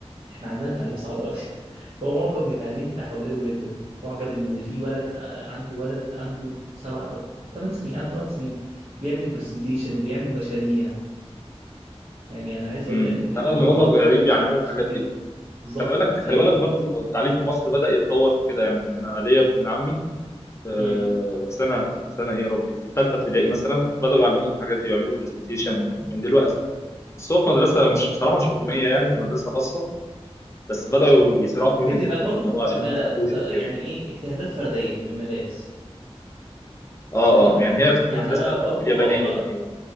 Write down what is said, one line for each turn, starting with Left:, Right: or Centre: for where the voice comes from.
Right: احنا عندنا التعليم صعب قوي <laughs> فهو معجب بتعليم بتاع أولاده جدا معجب إن في ولد آه، عنده ولد عنده سبع أو ثمان سنين عنده ثمان سنين بيعمل برزنتيشن وبيعمل مشاريع يعني أنا عايز أقول
Left: امم
Right: لك ال-
Left: لا
Right: الموضوع
Left: من هم
Right: ده
Left: صغيرين بيعلموهم الحاجات
Right: مش طبيعي
Left: دي
Right: بالظبط
Left: خلي بالك
Right: يعني
Left: خلي بالك برضو التعليم في مصر بدأ يتطور في كده يعني انا ليا ابن عمي في
Right: مم.
Left: سنه سنه ايه يا ربي في ثالثه ابتدائي مثلا بدأوا يعلموهم الحاجات دي ويعملوا برزنتيشن من دلوقتي بس هو في مدرسة مش بصراحة مش حكومية يعني هي مدرسة خاصة بس بدأوا يزرعوا فيهم
Right: بتبقى
Left: الحتة
Right: برضو
Left: دي اللي هو
Right: بتبقى
Left: عشان ما يخافوش
Right: ت- يعني
Left: وكده
Right: إيه اجتهادات فردية من مدارس
Left: اه
Right: فاهم
Left: اه يعني هي كانت
Right: يعني
Left: مدرسة
Right: انا برضو
Left: اليابانية
Right: اه
Left: تقريبا
Right: اه